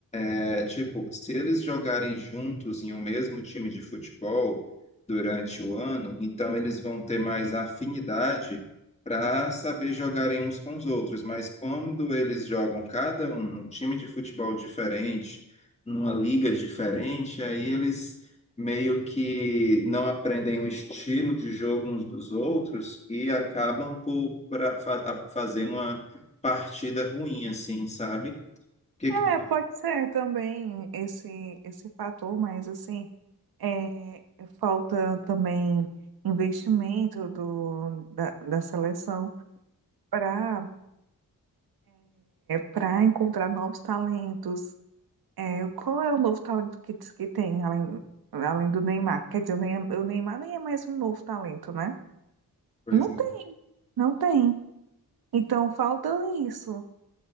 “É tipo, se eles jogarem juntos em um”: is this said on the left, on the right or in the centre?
Left